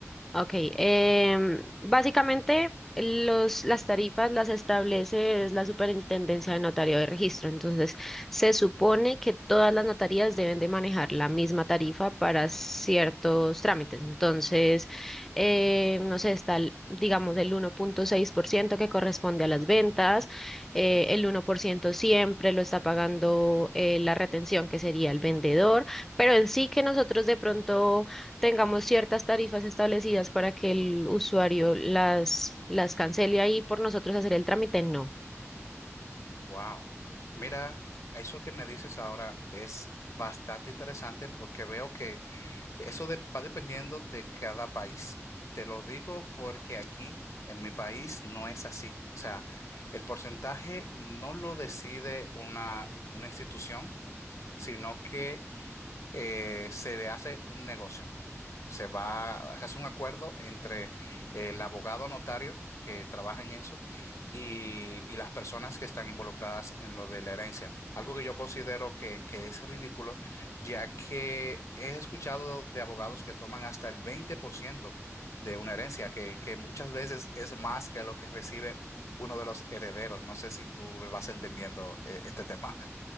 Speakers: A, in the centre; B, on the left (about 70°).
A: Ok, em, básicamente los, las tarifas las establece es la Superintendencia de Notario de Registro, entonces se supone que todas las notarías deben de manejar la misma tarifa para ciertos trámites, entonces, eh, no sé, está, el- digamos, el uno punto seis por ciento que corresponde a las ventas, eh, el uno por ciento siempre lo está pagando eh, la retención, que sería el vendedor, pero en sí que nosotros de pronto tengamos ciertas tarifas establecidas para que el usuario las, las cancele ahí por nosotros hacer el trámite, no.
B: Wow. Mira, eso que me dices ahora es bastante interesante porque veo que Eso de- va dependiendo de cada país. Te lo digo porque aquí, en mi país, no es así. O sea, el porcentaje no lo decide una, una institución, sino que eh, se le hace un negocio se va, se hace un acuerdo entre el abogado notario que trabaja en eso y, y las personas que están involucradas en lo de la herencia. Algo que yo considero que, que es ridículo, ya que he escuchado de abogados que toman hasta el 20% de una herencia, que, que muchas veces es más que lo que recibe uno de los herederos. No sé si tú me vas entendiendo eh, este tema.